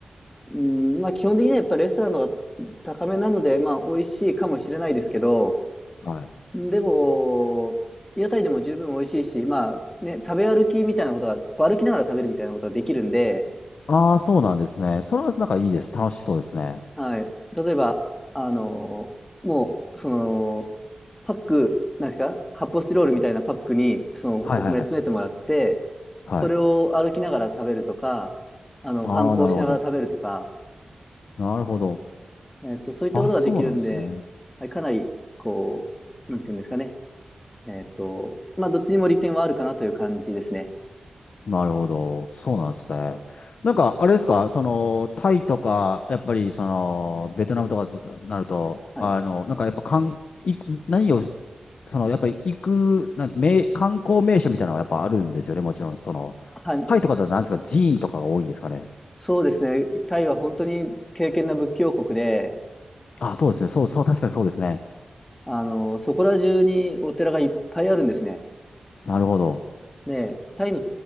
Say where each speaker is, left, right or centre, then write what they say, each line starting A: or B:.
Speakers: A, on the left; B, on the left.
A: うん、まあ、基本的にはやっぱりレストランの方が高めなので、まあ、美味しいかもしれないですけど、
B: はい。
A: でも、屋台でも十分美味しいし、まあ、ね、食べ歩きみたいなことが、こう歩きながら食べるみたいなことができるんで、
B: ああ、そうなんですね。それはなんかいいです。楽しそうですね。
A: はい。例えば、あのーもう、その、パック、なんですか、発泡スチロールみたいなパックに、その、
B: はいはいはい。
A: お米詰めてもらって、
B: はい。
A: それを歩きながら食べるとか、あの、
B: ああ、
A: 観光しながら食べるとか、
B: なるほど。なるほど。
A: えっと、そういったことができるんで、
B: あ、そうなんですね。
A: はい、かなり、こう、なんていうんですかね。えっと、まあ、どっちにも利点はあるかなという感じですね。
B: なるほど。そうなんですね。なんか、あれですか、その、タイとか、やっぱり、その、ベトナムとかってなると、
A: はい。
B: あの、なんかやっぱ、かん、い、何をその、やっぱり行く、なんて、名、観光名所みたいなのはやっぱあるんですよね、もちろん。その、
A: はい。
B: タイとかだと何ですか、寺院とかが多いんですかね。
A: そうですね。タイは本当に敬虔な仏教国で、
B: あ、そうですね。そう、そう、確かにそうですね。
A: あの、そこら中にお寺がいっぱいあるんですね。
B: なるほど。
A: で、タイの